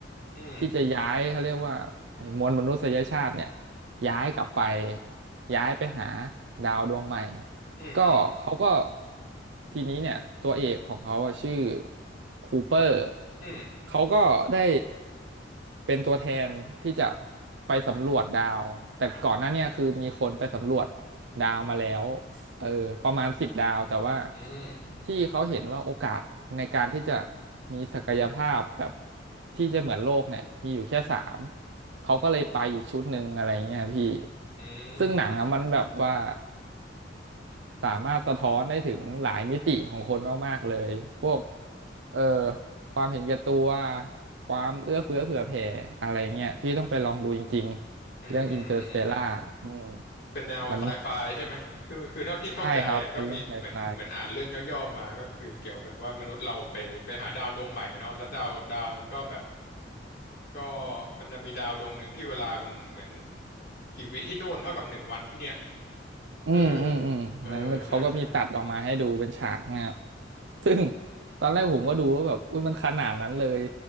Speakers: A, on the left (about 60°); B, on the right (about 70°).
A: อืม
B: ที่จะย้ายเขาเรียกว่าไอ้มวลมนุษยชาติเนี่ยย้ายกลับไปย้ายไปหาดาวดวงใหม่
A: อืมอืม
B: ก็เขาก็ทีนี้เนี่ยตัวเอกของเขาอะชื่อคูเปอร์
A: อืม
B: เขาก็ได้เป็นตัวแทนที่จะไปสำรวจดาวแต่ก่อนหน้าเนี่ยคือมีคนไปสำรวจดาวมาแล้วเออประมาณสิบดาวแต่ว่า
A: อืม
B: ที่เขาเห็นว่าโอกาสในการที่จะมีศักยภาพแบบที่จะเหมือนโลกเนี่ยมีอยู่แค่สามเขาก็เลยไปอีกชุดหนึ่งอะไรเงี้ยพี่
A: อืมอืม
B: ซึ่งหนังอะมันแบบว่า สามารถสะท้อนได้ถึงหลายมิติของคนมากๆเลย พวกเอ่อความเห็นแก่ตัวความเอื้อเฟื้อเผื่อแผ่อะไรเงี้ยพี่ต้องไปลองดูจริงๆเรื่องอินเตอร์สเตลล่าอืม
A: อืมอืมอืมอืม เป็นแนวไซไฟใช่ไหม
B: มัน
A: คือคือเท่าที่เข้าใจอ่ะก็มีเหมือนเหมือนอ่านเรื่องย่อๆมา
B: ใช่ครับเป็นเรื่องไซไฟ
A: ก็คือเกี่ยวกับว่ามนุษย์เราไปไปหาดาวดวงใหม่เนาะแล้วดาวดาวมันก็แบบก็มันจะมีดาวดวงหนึ่งที่เวลามันเหมือนกี่วิที่นู่นเท่ากับหนึ่งวันที่เนี่ย
B: อืมอืมอืมงั้นมันเขาก็มีตัดออกมาให้ดูเป็นฉากเงี้ย
A: เออเออใช่ใช่
B: ซึ่งตอนแรกผมก็ดูว่าแบบอุ้ยมันขนาดนั้นเลย